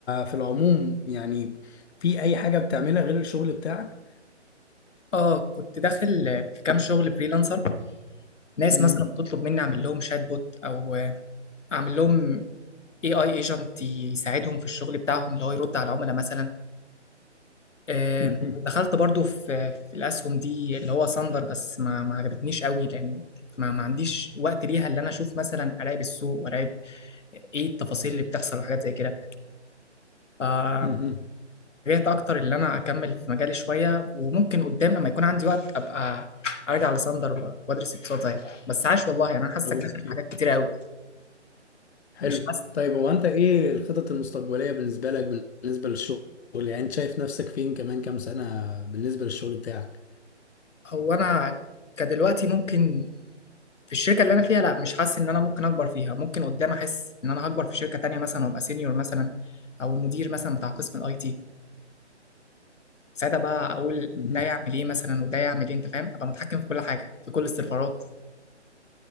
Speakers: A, on the left; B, on the left.
A: في العموم يعني في أي حاجة بتعملها غير الشغل بتاعك؟
B: اه كنت داخل في كام شغل فريلانسر ناس
A: مم.
B: مثلا بتطلب مني اعمل لهم شات بوت او اعمل لهم اي اي ايجنت يساعدهم في الشغل بتاعهم اللي هو يرد على العملاء مثلا آه،
A: <laughs> مم.
B: دخلت برضو في في الاسهم دي اللي هو صندر بس ما ما عجبتنيش قوي لان ما ما عنديش وقت ليها اللي انا اشوف مثلا اراقب السوق واراقب ايه التفاصيل اللي بتحصل وحاجات زي كده فاتجهت
A: مم. مم.
B: اكتر ان انا اكمل في مجالي شويه وممكن قدام لما يكون عندي وقت ابقى ارجع لساندر و- وادرس اقتصاد زيك بس عاش والله يعني انا حاسك
A: أوكي
B: داخل في حاجات كتيره قوي
A: حلو
B: مش حاسس
A: طيب هو انت ايه الخطط المستقبلية بالنسبة لك بالنسبة للشغل يعني انت شايف نفسك فين كمان كام سنة بالنسبة للشغل بتاعك
B: هو انا كدلوقتي ممكن في الشركه اللي انا فيها لا مش حاسس ان انا ممكن اكبر فيها ممكن قدام احس ان انا هكبر في شركه تانية مثلا وابقى سينيور مثلا او المدير مثلا بتاع قسم الاي تي ساعتها بقى اقول
A: مهم.
B: ده يعمل ايه مثلا وده يعمل ايه انت فاهم ابقى متحكم في كل حاجه في كل السيرفرات